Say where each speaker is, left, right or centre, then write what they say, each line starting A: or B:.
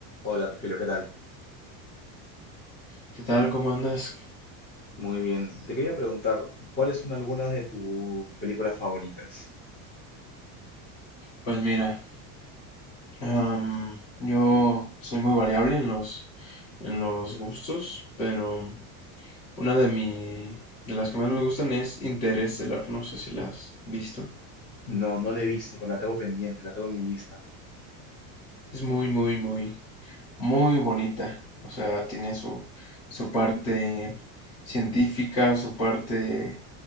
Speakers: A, on the left; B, on the left.
A: Hola Rogelio, ¿qué tal?
B: ¿Qué tal? ¿Cómo andas?
A: Muy bien. Te quería preguntar, ¿cuáles son algunas de tus películas favoritas?
B: Pues mira, am, yo soy muy variable en los, en los gustos, pero una de mi, de las que más me gustan es Interestelar. No sé si la has visto.
A: No, no la he visto, pero la tengo pendiente, la tengo en mi lista.
B: Es muy, muy, muy, muy bonita. O sea, tiene su, su parte científica, su parte